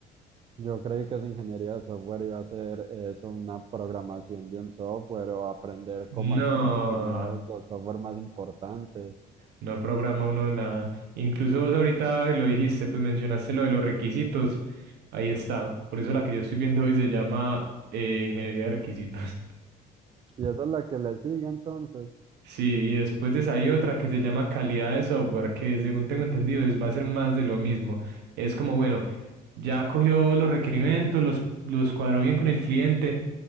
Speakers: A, on the right (about 30°); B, on the right (about 75°).
A: Yo creí que esa ingeniería de software iba a ser eso, una programación de un software o aprender
B: No,
A: cómo están programados los software más importantes.
B: no programa uno nada. Incluso vos ahorita lo dijiste, pues mencionaste lo de los requisitos. Ahí está. Por eso la que yo estoy viendo hoy se llama eh, Ingeniería de Requisitos.
A: Y esa es la que le sigue entonces.
B: Sí, y después de esa hay otra que se llama calidad de software, que según tengo entendido es, va a ser más de lo mismo. Es como, bueno, ya cogió los requerimientos, los, los cuadró bien con el cliente.